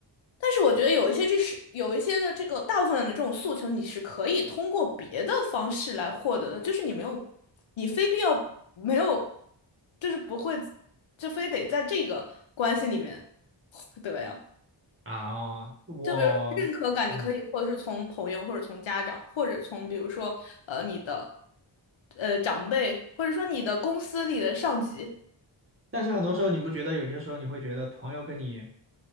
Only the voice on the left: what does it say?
但是我觉得有一些这是有一些的这个大部分的这种诉求，你是可以通过别的方式来获得的，就是你没有，你非必要没有，就是不会，就非得在这个关系里面获得呀。
就比如认可感，
你可以或者是从朋友，或者从家长，或者从比如说呃你的呃长辈，或者说你的公司里的上级，